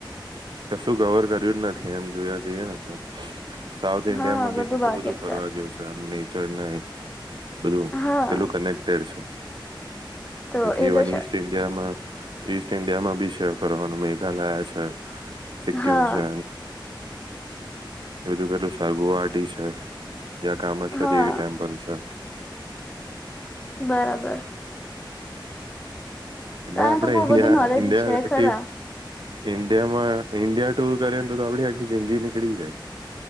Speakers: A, on the right (about 65°); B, on the left (about 15°).
A: કશું કવર કર્યું જ નથી એમ જોયા જઈએ ને તો સાઉથ ઇન્ડિયા
B: હા
A: માં બી કેટલું
B: બાકી
A: બધું
B: જ
A: ફરવા જેવુ છે અમને ચેનાઈ બધું
B: હા
A: કેટલું કનેક્ટડ છે
B: તો
A: પછી
B: એ
A: ઇવન
B: તો છે.
A: ઈસ્ટ ઇન્ડિયામાં, ઈસ્ટ ઇન્ડિયામાં બી છે ફરવાનું. મેઘાલયા છે, સિક્કિમ
B: હા
A: છે. બધું કેટલું છે, ગુહાટી છે. જ્યાં કામખ્યા
B: હા
A: દેવી ટેમ્પલ છે.
B: બરાબર.
A: એલે
B: તને
A: અડન્ડ્યા
B: તો બહુ બધું નોલેજ
A: ઇન્ડિયા
B: છે ખરા
A: ટમ ઇન્ડિયામાં ઈન્ડિયા ટુર કરે ને તો તો આપડી આખી જિંદગી નીકળી જાય.